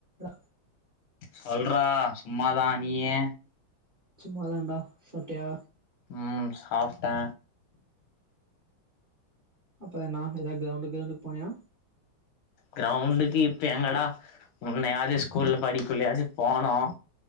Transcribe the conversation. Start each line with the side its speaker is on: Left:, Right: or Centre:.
Right: அ
Left: சொல்றா சும்மாதா நீயி
Right: சும்மாதான்டா சாப்டியா
Left: ம் சாப்டே
Right: அப்பற என்னா எதா கிரௌண்டு கிரௌண்டுக் போனியா
Left: கிரௌண்டுக்கு இப்ப எங்கடா முன்னயாது ஸ்கூல்ல படிக்குள்ளயாது போனோ